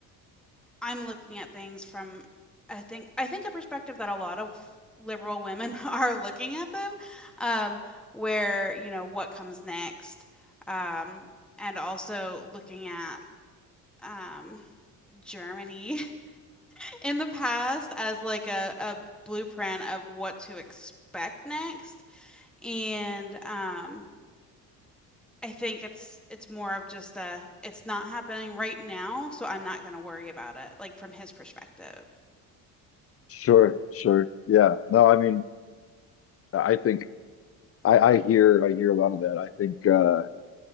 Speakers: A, in the centre; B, on the left (about 30°).
A: I'm looking at things from I think I think a perspective that a lot of liberal women <laughs> are looking at them, um, where, you know, what comes next, um, and also looking at um, Germany <laughs> in the past as like a, a blueprint of what to expect next. And um, I think it's it's more of just a it's not happening right now, so I'm not gonna worry about it, like from his perspective.
B: Sure, sure. Yeah. No, I mean, I think I I hear I hear a lot of that. I think uh